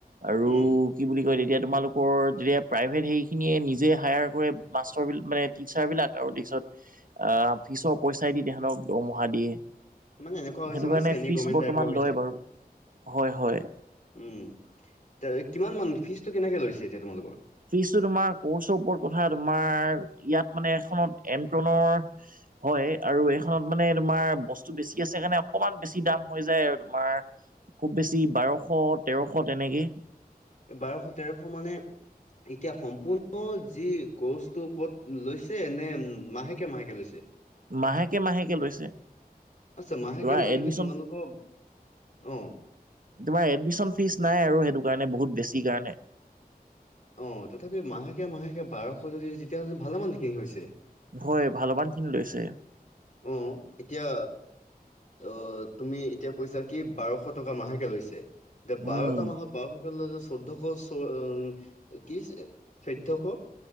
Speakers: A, on the right (about 60°); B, on the left (about 55°).
A: আৰু
B: হু'ম।
A: কু কি বুলি কয় তেতিয়া, তোমালোকৰ তেতিয়া প্ৰাইভেট হেইখিনিয়ে নিজে হায়াৰ কৰে মাষ্টৰ বিলাক মানে টিচাৰ বিলাক আৰু তিৰিছত আ'হ, ফিচৰ পইচাই দি তাহঁতক দৰমহা দিয়ে।
B: মানে এনেকুৱা হৈছে
A: সেইটো
B: মানে
A: কাৰণে
B: চেনী
A: ফিজ
B: গভমেণ্ট
A: বৰ্তমান
B: টাইপৰ হৈছে
A: লয় বাৰু হয়, হয়।
B: উ'ম, কিমান মান ফিজটো কেনেকে লৈছে এতিয়া তোমালোকৰ?
A: ফিজটো তোমাৰ কৰ্চৰ ওপৰত কথা তোমাৰ ইয়াত মানে এখনত এমট্ৰনৰ হয় আৰু এইখনত মানে তোমাৰ বস্তু বেছি আছে কাৰণে অকমান বেছি দাম হৈ যায় আৰু তোমাৰ খুব বেছি বাৰ শ তেৰ শ তেনেকে।
B: বাৰ শ তেৰ শ মানে এতিয়া সম্পূৰ্ণ যি কৰ্চটোৰ ওপৰত লৈছে নে মাহেকে মাহেকে লৈছে?
A: মাহেকে মাহেকে লৈছে।
B: আচ্ছা মাহেকে
A: তোমাৰ
B: মাহেকে
A: এডমিশন
B: তোমালোকৰ অ।
A: তোমাৰ এডমিশ্যন ফিজ নাই আৰু সেইটো কাৰণে বহুত বেছি কাৰণে।
B: অঁ তথাপিও মাহেকে মাহেকে বাৰ শ যদি তেতিয়া হ'লে ভালেমানখিনি হৈছে।
A: ভ ভালমানখিনি লৈছে।
B: অ এতিয়া অ তুমি এতিয়া কৈছা কি বাৰ শ টকা মাহকে লৈছে, এতিয়া বাৰটা
A: উম
B: মাহত বাৰশ ল'লে চৈধ্য শ কি চৈধ্য শ